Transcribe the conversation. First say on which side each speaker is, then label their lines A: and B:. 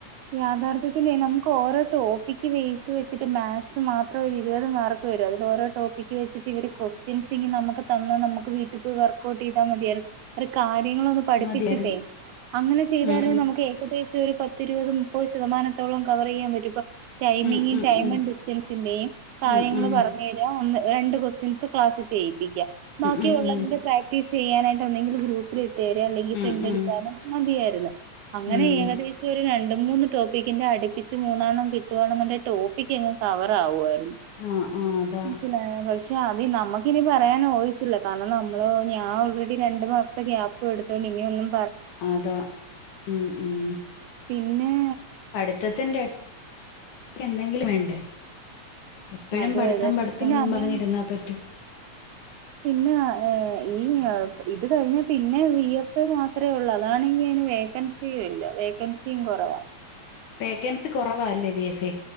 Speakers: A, on the right (about 85°); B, on the left (about 85°).
A: യാഥാർത്ഥ്യത്തിലെ നമുക്ക് ഓരോ ടോപ്പിക്ക് ബെയ്‌സ് വെച്ചിട്ട് മാത്‍സ് മാത്രം ഇരുപത് മാർക്ക് വരും അതിൽ ഓരോ ടോപ്പിക്ക് വച്ചിട്ട് ക്വസ്റ്റ്യൻസ് ഇവര് നമുക്ക് തന്ന നമുക്ക് വീട്ടിൽ പോയി വർക്ക് ഔട്ട് ചെയ്താ മതിയാരുന്നു അവര് കാര്യാ നിങ്ങളൊന്നു പഠിപ്പിച്ചിട്ടേ
B: മതിയായിരുന്നു
A: അങ്ങനെ ചെയ്തിരുന്നേൽ
B: ഉം
A: നമ്മക്ക് ഏകദേശം ഒരു ഇരുപത് മുപ്പത് ശതമാനത്തോളം കവർ ചെയ്യാൻ പറ്റും ഇപ്പം ടൈമിങ്ങും
B: ഉം ഉം
A: ടൈംമും
B: ഉം
A: ഡിസ്റ്റൻസിന്റെയും കാര്യങ്ങള്
B: ഉം ഉം ഉം
A: പറഞ്ഞു <unintelligible> ഒന്ന് രണ്ട് ക്വസ്റ്റ്യൻസ് ക്ലാസ് ചെയ്യിപ്പി ക്കാ ബാക്കി
B: ഉം
A: ഉള്ളതിന്റെ
B: ഉം
A: പ്രാക്ടീസ് ചെയ്യാനായിട്ടന്തെങ്കിലും ഗ്രൂപ്പില് തെര് അല്ലെങ്കി
B: ഉം
A: പ്രിന്റ്ട്ത്താലും
B: ഉം ഉം
A: മതിയാരിന്ന്. അങ്ങനെ
B: ഉം
A: ഏകദേശ് ഒര് രണ്ട് മൂന്നു ടോപ്പിക്കിന്റെ അട്പ്പിച്ച് മൂന്നണ്ണം കിട്ടുവാണന്നുണ്ടേൽ ടോപ്പിക്ക് അങ്ങ് കവറാവ് ര്
B: ആ ആ അതാ
A: പിന്നെ റസ് അഭി നമ്മക്കിനി പറയാൻ വോയിസ്‌ ഇല്ല. കാരണം നമ്മള് ഞാൻ ആൾറെഡി രണ്ട് മാസത്തെ ഗ്യാപ്പ് എടുത്ത് നീ ഒന്നും
B: അതാ ഉം ഉം
A: പിന്നെ
B: ത്ത ത്തിന്റെ എട്ക്കെ എന്തെങ്കിലും വേണ്ടേ? എപ്പെഴും
A: അതെ
B: പഠിത്തം
A: അതെ
B: പഠിത്തം
A: പിന്നെ
B: ന്നും
A: അതെ
B: പറഞ്ഞിരുന്ന പറ്റോ
A: പിന്നെ ആ ഈ ആ ഇത് കഴിഞ്ഞ പിന്നെ വി എസ് എ മാത്രെ ഒള്ളു അതാണ്ണങ്കിൽ പിന്നെ വേക്കൻസി ഇല്ല വേക്കൻസിയും കുറവാ
B: വേക്കൻസി കൊറ കുറവല്ലേ അതിൽ